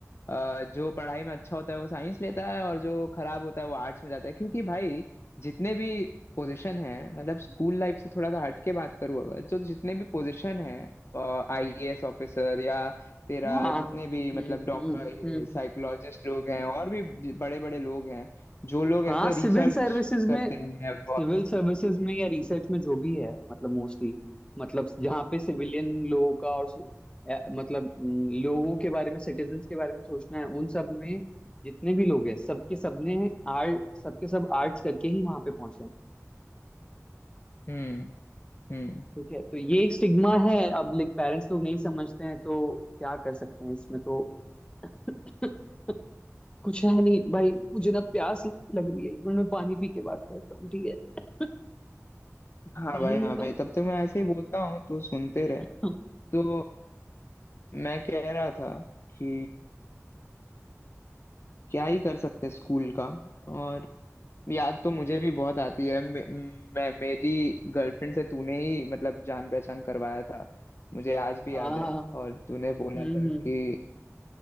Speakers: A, on the left; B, on the left.
A: अ, जो पढ़ाई में अच्छा होता है वो साइंस लेता है और जो खराब होता है वो आर्ट्स में जाता है क्योंकि भाई जितने भी पोजीशन है मतलब स्कूल लाइफ से थोड़ा सा हट के बात करूँ अगर जो जितने भी पोजीशन है आईएएस ऑफिसर या तेरा
B: हाँ
A: जितने भी मतलब
B: हम्म
A: डॉक्टर
B: हम्म हम्म।
A: साइकोलॉजिस्ट लोग हैं और भी बड़े बड़े लोग हैं जो लोग
B: हाँ
A: ऐसे
B: सिविल
A: रिसर्च
B: सर्विसेज में
A: करते हैं
B: सिविल सर्विसेज में या रिसर्च में जो भी है मतलब मोस्टली मतलब जहाँ पे सिविलियन लोगों का और सो- अ, मतलब हम्म, लोगों के बारे में सिटीजन्स के बारे में सोचना है उन सब में जितने भी लोग हैं सबके सबने आर्ट सबके सब आर्ट्स करके ही वहां पे पहुंचे हैं
A: हम्म हम्म
B: ठीक है तो ये एक स्टिग्मा है अब लाइक पेरेंट्स लोग नहीं समझते हैं तो क्या कर सकते हैं इसमें तो <laughs> कुछ है नहीं भाई मुझे ना प्यास लग रही है एक मिनट मैं पानी पी के बात करता हूँ ठीक है <laughs>
A: हाँ
B: पानी
A: भाई हाँ
B: लेता
A: भाई
B: हूँ
A: तब तक मैं ऐसे ही बोलता हूँ तो सुनते रहे
B: <laughs>
A: तो मैं कह रहा था कि क्या ही कर सकते हैं स्कूल का और याद तो मुझे भी बहुत आती है मे, मैं मेरी गर्लफ्रेंड से तूने ही मतलब जान पहचान करवाया था मुझे आज भी
B: हाँ
A: याद है
B: हाँ
A: और तूने बोला
B: हम्म
A: था कि
B: हम्म।